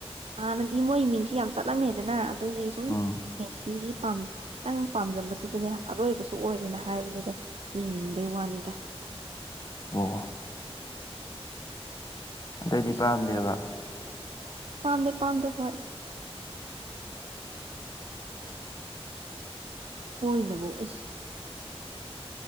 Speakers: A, on the right (about 75°); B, on the left (about 40°).
A: ꯍꯥꯟꯅꯗꯤ ꯃꯣꯏ ꯃꯤꯡꯁꯤ ꯌꯥꯝ ꯆꯠꯂꯝꯃꯦꯗꯅ ꯑꯗꯨꯒꯤ ꯁꯨꯝ
B: ꯎꯝ
A: ꯃꯦꯁꯤꯒꯤ ꯄꯥꯝ ꯈꯤꯇꯪ ꯄꯥꯝꯂꯝꯕꯗꯨꯗꯅꯦ ꯑꯔꯣꯏꯕꯁꯨ ꯑꯣꯏꯔꯦꯅ ꯍꯥꯏꯕꯗꯨꯗ ꯌꯦꯡꯅꯤꯡꯕꯩ ꯋꯥꯅꯤꯗ
B: ꯑꯣ ꯑꯇꯩꯗꯤ
A: ꯏꯁ
B: ꯄꯥꯝꯗꯦꯕ
A: ꯄꯥꯝꯗꯦ ꯄꯥꯝꯗꯦ ꯍꯣꯏ ꯄꯣꯏꯅꯕꯣ ꯢꯁ